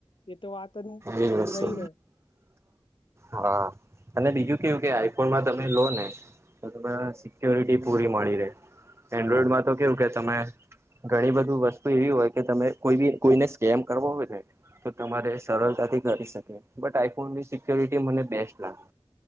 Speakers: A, on the left (about 65°); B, on the right (about 30°).
A: એ તો વાત ત
B: એ જ વસ્તુ
A: રહીને
B: હા અને બીજું કેવું કે આઈફોનમાં તમે લો ને તો ત સિક્યોરિટી પૂરી મળી રહે એન્ડ્રોઈડમાં તો કેવું કે તમે ઘણી બધી વસ્તુ એવી હોય કે તરે કોઈ બી કોઈને સ્કેમ કરવો હોય તો તમારે સરતાથી કરી શકે બટ આઈફોન ની સિક્યોરિટી મને બેસ્ટ લાગે.